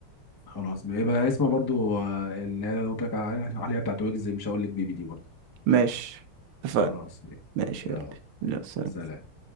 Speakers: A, on the left; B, on the right.
A: خلاص يبقى اسمها برضو آه، اللي انا قلت لك عليها عليها بتاعت ويجز مش هقول لك بيبي دي برضو
B: ماشي اتفقنا
A: خلاص
B: ماشي
A: يلا
B: يا قلبي لا سلام
A: سلام